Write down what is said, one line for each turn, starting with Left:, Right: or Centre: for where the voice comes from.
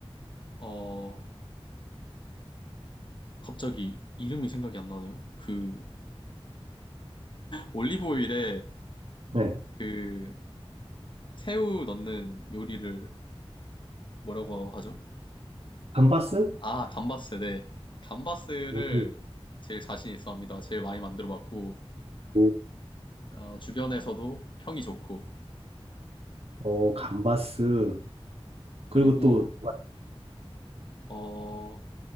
Left: 어, 갑자기 이름이 생각이 안 나네요? 그, 올리브오일에
Right: 네.
Left: 그, 새우 넣는 요리를 뭐라고 하죠?
Right: 감바스?
Left: 아, 감바스, 네. 감바스를
Right: 오,
Left: 제일 자신 있어 합니다. 제일 많이 만들어 봤고,
Right: 오.
Left: 어, 주변에서도 평이 좋고,
Right: 어, 감바스. 그리고
Left: 그리고,
Right: 또
Left: 어,